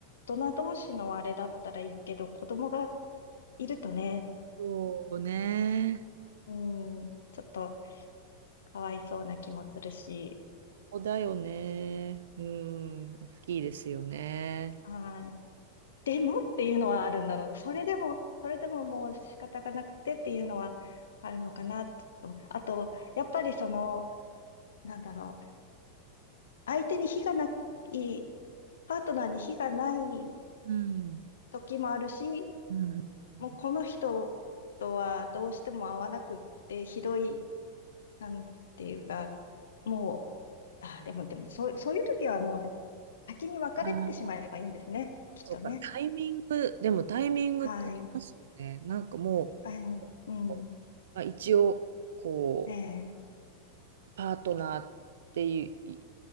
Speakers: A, on the left; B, on the right.
A: 大人同士のあれだったらいいけど、子供がいるとね、
B: そうね
A: うん、ちょっとかわいそうな気もするし、
B: ここだよねうん大きいですよね
A: はい。でもっていうのはあるんだろうな。それでも、それでももう仕方がなくてっていうのはあるのかなと。あと、やっぱりその、なんだろう、相手に非がない、パートナーに非がない
B: うん
A: 時もあるし、
B: うんうんうん
A: もうこの人とはどうしても合わなくって、ひどい、なんていうか、もう、あ、でも、でも、そう、そういう時はもう先に別れてしまえばいいんですね。
B: あー
A: きっとね。
B: そうか、タイミング、でもタイミングってありますよね。
A: はい。
B: なんかも
A: あ、うん。
B: う、まあ、一応、こ
A: ええ、
B: う、パートナーっていう、い